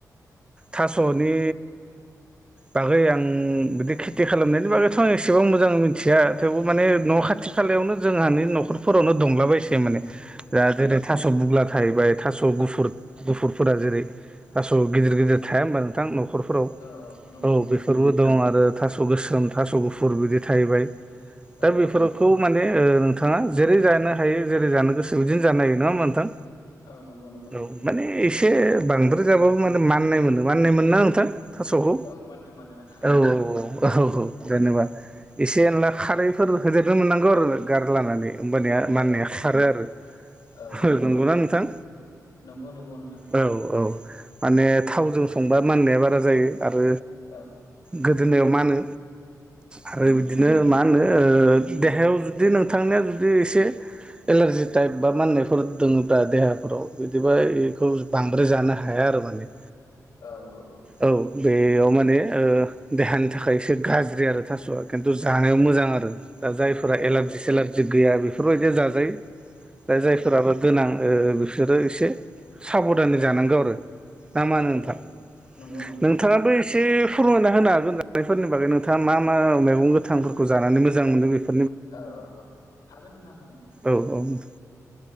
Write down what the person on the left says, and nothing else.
औ
औ औ नंगौ
नंगौ
नोंथां नंगौ
औ
औ
औ नंगौ नंगौ नोंथां
नंगौ
औ मानो मानो नोंथां
मानो
औ
औ औ
नंगौ नंगौ नोंथां नंगौ
औ
उम
उम
औ औ
औ
औ
औ
औ नंगौ नंगौ
नोंथां नंगौ नंगौ
औ औ औ हागोन नोंथां हागोन दे